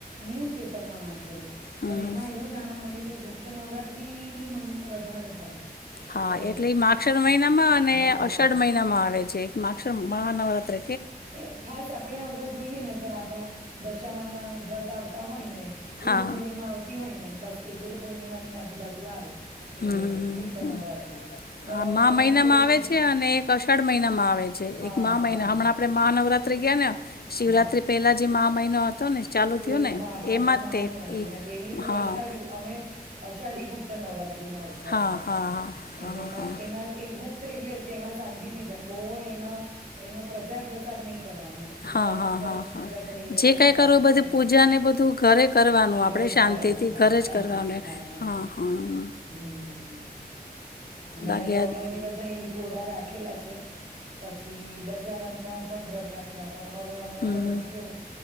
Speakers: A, on the right; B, on the left.
A: ન્યૂઝપેપરમાં વાંચેલું
B: હમ
A: પણ
B: હમ
A: એમાં એવું જાણવા મળ્યું કે ગુપ્ત નવરાત્રીની મહિમા વધારે હોય.
B: હા
A: કે
B: એટલે માક્ષર મહિનામાં અને
A: હા
B: અષાઢ
A: માં
B: મહિનામાં આવે છે. છે માક્ષર મહા નવરાત્રે
A: એ ખાસ આપડે અગર જોઈએ ને તો આપણા દશામાન ના વ્રત આવતા હોય ને ગુરુ
B: હા
A: પૂર્ણિમા આવતી હોય ને બસ એ ગુરુ પૂર્ણિમાની આજુબાજુ <unintelligible> આ આવે.
B: હમ્મ
A: એ ગુપ્ત નવરાત્રી તો
B: આ
A: મને
B: મહિનામાં
A: બી કોઈએ
B: આવે
A: કીધું
B: છે અને એક અષાઢ મહિનામાં આવે છે
A: હા
B: એક મહિના
A: હા હા
B: હમણાં આપડ મહાનવરાત્રિ ગિયા ને શિવરાત્રી
A: હા
B: પહેલા જે માહા મહિનો હતો ને ચાલુ
A: તે
B: થયો ને
A: હા હા
B: એમાં
A: તે મહાની
B: જ
A: હતી
B: એ
A: ને પેલી
B: હા
A: અષાઢી અમે અષાઢી ગુપ્ત નવરાત્ર <unintelligible> ના ઉપવાસ
B: હા
A: કરતા
B: હા હા હા
A: એટલે એમાં
B: હા
A: એમાં ગુપ્ત એટલે જ કે એમાં શાંતિ થી જમવું બો એમાં એનો પ્રચાર પ્રસાર નહી. કરવામ ચૂપચાપ
B: હા હા
A: ચૂપચાપ
B: હા
A: એની
B: હા
A: પૂજા કરી લેવાની
B: જે કઈ
A: પ્રાથ
B: કરો
A: ના
B: એ
A: કરી
B: બધું
A: લેવાની
B: પૂજા ને બધું ઘરે કરવાનું
A: ઘરે
B: આપણે
A: જ
B: શાંતિથી
A: કરવાનું હા
B: ઘરે
A: શાંતિથી
B: જ કરવાનું
A: હા હા
B: હા
A: હમ મેં
B: દાગ્યા
A: નવ નવ દિવસ ના એ બી કોરા રાખ રાખેલા છે, પછી દશામાદ ના પણ વ્રત રાખીએ આ પણ હવે હમણાં
B: હમ
A: તો પછી કેવું?